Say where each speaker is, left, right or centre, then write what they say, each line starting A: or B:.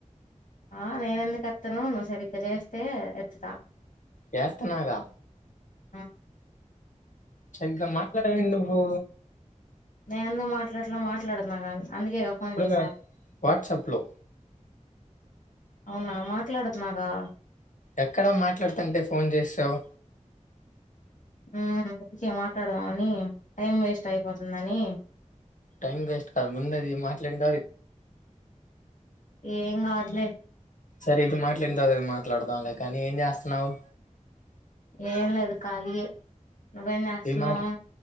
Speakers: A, on the left; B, on the left.
A: ఆఁ నేను ఎందుకు ఎత్తను నువు సరిగ్గా చేస్తే ఎత్తుతా.
B: చేస్తనగా
A: ఆఁ
B: చక్కగా మాట్లాడవేంటి నువ్వూ?
A: నేను ఎందుకు మాట్లాడట్లే మాట్లాడుతున్నాగా అందుకే గా ఫోన్
B: ఇప్పుడుగా
A: చేసా
B: వాట్సాప్ లో
A: అవునా మాట్లాడుతున్నగా
B: ఎక్కడా మాట్లాడుతంటే ఫోన్ చేసావు
A: ఉమ్ అందుకే మాట్లాదామని టైం వేస్ట్ అయిపోతుందని
B: టైమ్ వేస్ట్ కాదు ముందది మాట్లాడిన త
A: ఏం గాదులే
B: సరే ఇది మాట్లాడిన తర్వాత అది మాట్లాడదాం లే కానీ ఏం చేస్తున్నావు
A: ఏం లేదు కాళీ ఏ నువ్వెం చేస్తున్నావ్
B: ఇది మాట్